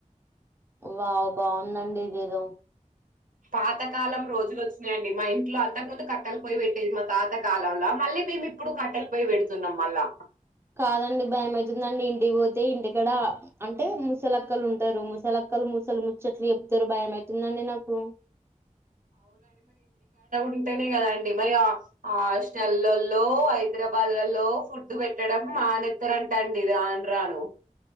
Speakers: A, on the right; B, on the right.
A: వావ్ బాగుందండి. ఇదేదో
B: పాతకాలం రోజు వచ్చినాయియండి. మా ఇంట్లో అంతకు ముందు కట్టలు పోయి పెట్టేది, మా పాత కాలంల మళ్ళీ మేము ఇప్పుడు కట్టలు పోయి పెడుతున్నాం. మళ్ళా
A: కాదండి భయమవుతుందండి. ఇంటికి పోతే ఇంటి కాడ అంటే ముసలక్కలు ఉంటారు. ముసల క్కలు మూసలు ముచ్చట్లు చెప్తరు. భయ అవుతుందండి, నాకు
B: అంటేనే, గదాండి మరి ఆ ఆహస్టల్లలో హైదరాబాద్లలో ఫుడ్ పెట్టడం. మానేస్తత్తరంట అండి, రాను రాను